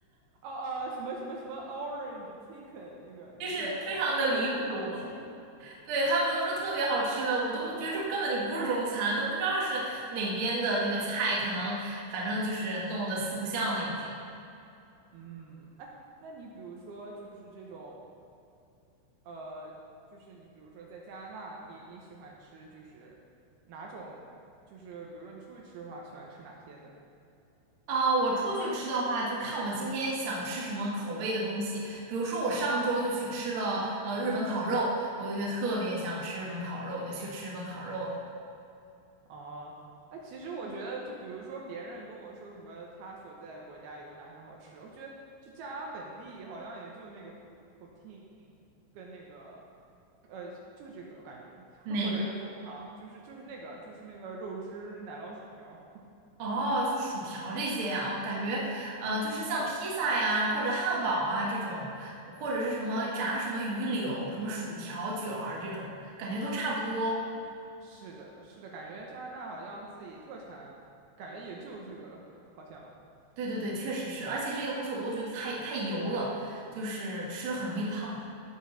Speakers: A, on the right; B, on the right.
A: 哦哦，什么什么什么 Orange Chicken 那个那个什么左宗棠鸡。
B: <laughs> 就是非常的离谱。对，他们都说特别好吃的，我都觉得这根本就不是中餐，都不知道是哪边的那个菜，可能反正就是弄得四不像了已经。
A: 嗯，哎，那你比如说就是这种，呃，就是你比如说在加拿大，你你喜欢吃就是哪种，就是比如说你出去吃的话，喜欢吃哪些呢？
B: 啊、我出去吃的话，就看我今天想吃什么口味的东西。比如说，我上周就去吃了呃日本烤肉，我就觉得特别想吃日本烤肉，我就去吃日本烤肉了。
A: 哦，哎，其实我觉得，就比如说别人跟我说什么他所在的国家有哪些好吃，我觉得就加拿大本地好像也就那个 po- poutine 跟那个，呃，就这个感觉，
B: 哪个？
A: <laughs> 或者是枫糖，就是就是那个就是那个肉汁奶酪薯条。
B: 哦，就薯条这些啊，我感觉呃就是像披萨呀，或者汉堡啊这种，或者是什么炸什么鱼柳、什么薯条卷儿这种，感觉都差不多。
A: 是的，是的，感觉加拿大好像自己特产，感觉也就这个，<laughs> 好像
B: 对对对，确实是，而且这些东西我都觉得太太油了，就是吃了很容易胖。